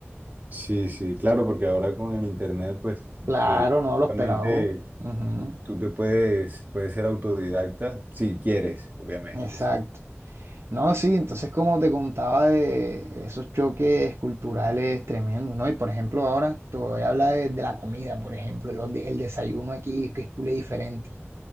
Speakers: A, on the right; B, on the right.
A: Sí, sí, claro, porque ahora con el internet, pues,
B: Claro,
A: eh,
B: no, los
A: justamente
B: pelados. Ujú,
A: Tú te puedes, puedes ser autodidacta si quieres, obviamente,
B: Exacto.
A: sí.
B: No, sí, entonces como te contaba de esos choques culturales tremendos, ¿no? Y por ejemplo, ahora te voy a hablar de, de la comida, por ejemplo, los de- el desayuno aquí, que es culé diferente.